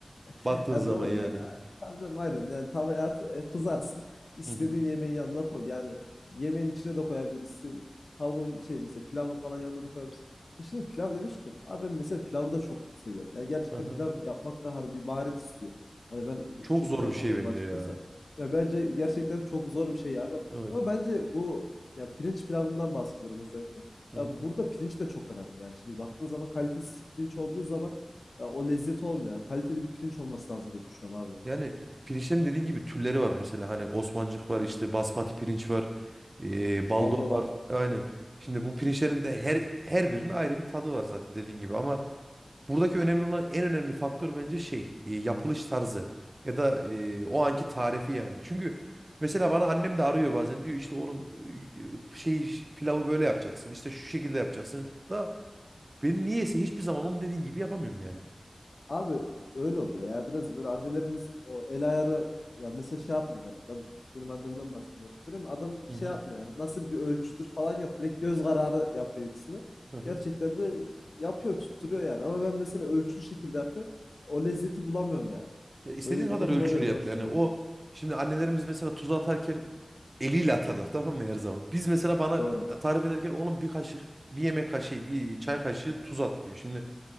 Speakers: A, on the right; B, on the left.
A: Baktığın
B: <laughs> Ya
A: zaman
B: doğru
A: yani.
B: yani. Tabii canım aynen. Yani tavaya at, e, kızarsın. İstediğin
A: Hı hı.
B: yemeğin yanına koy. Yani yemeğin içine de koyabilirsin. Tavuğun şey mesela pilavın falan yanına da koyabilirsin. E Şimdi pilav demişken abi ben mesela pilavı da çok seviyorum. Yani gerçekten
A: hı hı.
B: pilav yapmak da hani bir maharet istiyor. Hani ben
A: Çok
B: çok
A: zor
B: iyi yapamıyorum
A: bir şey bence
B: açıkçası.
A: ya.
B: Ya bence gerçekten çok zor bir şey yani.
A: Evet.
B: Ama bence bu ya pirinç pilavından bahsediyorum özellikle.
A: Hı
B: Ya
A: hı.
B: burada pirinç de çok önemli. Yani şimdi baktığın zaman kalitesiz pirinç olduğu zaman ya o lezzet olmuyor. Yani kaliteli bir pirinç olması lazım diye düşünüyorum abi.
A: Yani pirinçlerin dediğin gibi türleri var mesela hani Osmancık var işte basmati pirinç var, e, baldo
B: Aldo var.
A: var. Aynen. Şimdi bu pirinçlerin de her her birinin ayrı bir tadı var zaten dediğin gibi ama Buradaki önemli olan en önemli faktör bence şey e, yapılış tarzı ya da e, o anki tarifi yani. Çünkü mesela bana annem de arıyor bazen diyor işte oğlum e, şey pilavı böyle yapacaksın işte şu şekilde yapacaksın da ben niyeyse hiçbir zaman onun dediğin gibi yapamıyorum yani.
B: Abi öyle oluyor ya. Biraz böyle annelerimizin o el ayarı ya mesela şey yapmıyorlar. Ben benim annemden bahsediyorum. Görüyor musun? Adam
A: Hı
B: şey
A: hı.
B: yapmıyor yani. Nasıl bir ölçüdür falan yok. Direkt göz kararı yapıyor hepsini.
A: Hı hı.
B: Gerçekten de yapıyor, tutturuyor yani. Ama ben mesela ölçülü şekilde yapıyorum. O lezzeti bulamıyorum yani.
A: Ya istediğin
B: Öyle bir
A: kadar
B: durum
A: ölçülü
B: oluyor.
A: yap
B: Doğru söylüyorsun.
A: yani o şimdi annelerimiz mesela tuz atarken eliyle atarlar tamam mı her zaman. Biz mesela bana
B: Doğru.
A: tarif ederken oğlum bir kaşık bir yemek kaşığı bir çay kaşığı tuz at diyor. Şimdi